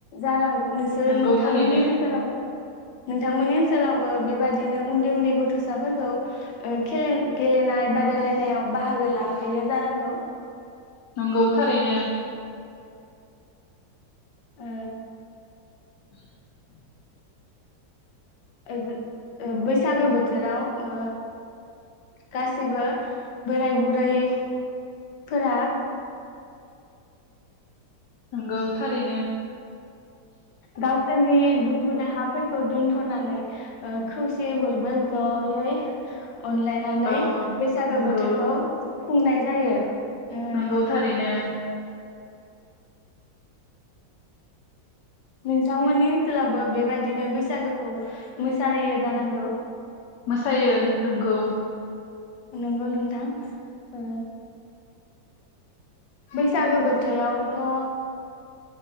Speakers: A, on the left; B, on the left.
A: जानांगौ नोंसोर
B: नंगौ
A: नोंथांमोननि
B: थारैनो
A: ओनसोलावबो नोंथांमोननि ओनसोलावबो बेबायदिनो उन्दै उन्दै गथ'साफोरखौ ओ खेलेनाय गेलेनाय बादायलायनायाव बाहागो लाहैयो जानांगौ <inaudible>
B: नंगौ थारैनो।
A: ओ
B: <unintelligible>
A: ओ बैसागो बोथोराव ओ गासिबो बोराय बुरैफोरा
B: नंगौ थारैनो।
A: गावसोरनि दुखु दाहाफोरखौ खौ दोनथ'नानै खौसेयै बयबो जयै अनलायनानै
B: औ
A: बैसागो
B: नंगौ
A: बोथोरखौ खुंनाय जायो। ओ
B: नंगौ थारैनो‌
A: नोंथांमोननि ओनसोलावबो बेबायदिनो बैसागोखौ मोसाहोयो जानांगौ।
B: मोसायो नोंगौ।
A: नंगौ नोंथां ओ बैसागो बोथोरावथ'ओ